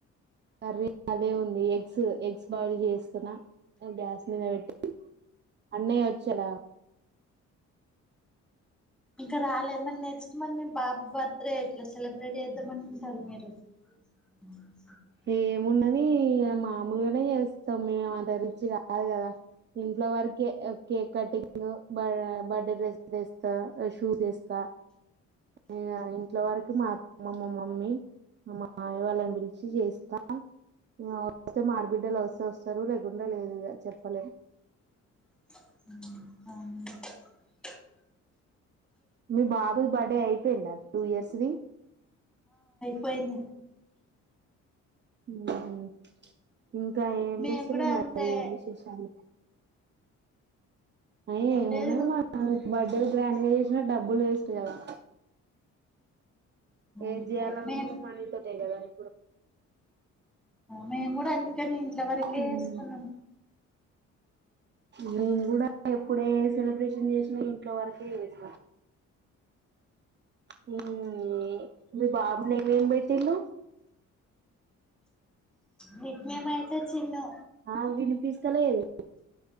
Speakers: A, on the right; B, in the centre.
A: కర్రీ అదే ఉంది ఎగ్స్ ఎగ్స్ బాయిల్ చేస్తున్నా గ్యాస్ మీద పెట్టి అన్నయ వచ్చాడా
B: ఇంకా రాలే మరి నెక్స్ట్ మంత్ మీ బాబు బర్త్ డే ఎట్లా సెలబ్రేట్ చేద్దాం అనుకుంటారు మీరు మ
A: ఏమున్నదీ ఇగ మామూలుగానే చేస్తాం మే అంత రిచ్ కాదు కదా ఇంట్లో వరకు కే కేక్ కటింగు బ బర్డే డ్రెస్ వేస్తా షూస్ వేస్తా ఇగ ఇంట్లో వరకు మా అత్ మా మా మమ్మీ మా మావయ్య వాళ్ళని పిల్ ఛి చేస్తా ఇగ వస్తే మా ఆడబిడ్డలు వస్తే వస్తారు లేకుంటే లేదు ఇగ చెప్పలేం
B: <unintelligible>
A: మీ బాబుది బర్త్డే అయిపోయిందా టూ ఇయర్స్ ది
B: పోయింది
A: ఊహు ఇంకా ఏం
B: మేము
A: చేస్తులు
B: కూడా
A: మరి
B: అంతే
A: ఏం విశేషాలు ఆ ఏం
B: లేదు
A: ఉన్నది
B: ఇగ
A: మన బడ్డేలు గ్రాండ్ గా చేసినా డబ్బులు వేస్ట్ కదా ఏది
B: అంతే
A: చేయాలనుకున్నా
B: మేం
A: మనీ తోటే కదా ఇప్పుడు
B: మేం కూడా అందుకని ఇంట్ల వరకే
A: ఉమ్
B: చేసుకున్నాం
A: నేను కూడా ఎప్పుడు ఏ సెలబ్రేషన్ చేసినా ఇంట్లో వరకే చేస్ <inaudible> హూం ఏ మీ బాబు నేం పెట్టిల్లు
B: నిక్ నేం అయితే చిన్ను
A: ఆ వినిపిస్తలేదు